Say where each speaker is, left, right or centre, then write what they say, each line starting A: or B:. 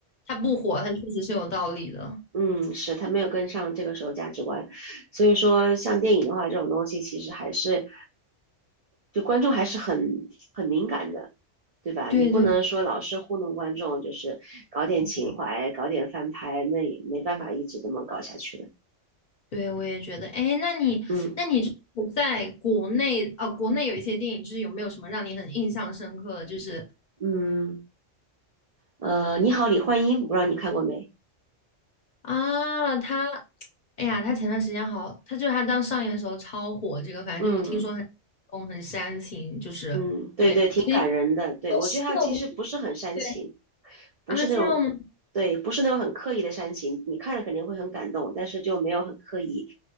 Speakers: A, on the left; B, on the right.
A: 他不火，他确实是有道理的。
B: 嗯，是他没有跟上这个时候价值观，所以说像电影的话，这种东西其实还是，就观众还是很很敏感的，对吧？
A: 对对
B: 你不能说老是糊弄观众，就是搞点情怀，
A: 对，
B: 搞点翻拍，那也没办法一直这么搞下去的。
A: 对我也觉得。哎，那你，
B: 嗯
A: 那你就是在国内啊，国内有一些电影，就是有没有什么让你很印象深刻的？就是
B: 嗯，呃，你好，李焕英，不知道你看过没？
A: 啊，他，哎呀，他前段时间好，他就是他刚上映的时候超火，这个反正就我听说很轰，
B: 嗯。
A: 很煽情，就是对，
B: 嗯，对对，挺感人的。
A: 其实
B: 对，我觉得他其实不是很煽情，
A: 是我是对
B: 不是那种，
A: 啊，这样吗？
B: 对，不是那种很刻意的煽情。你看着肯定会很感动，但是就没有很刻意。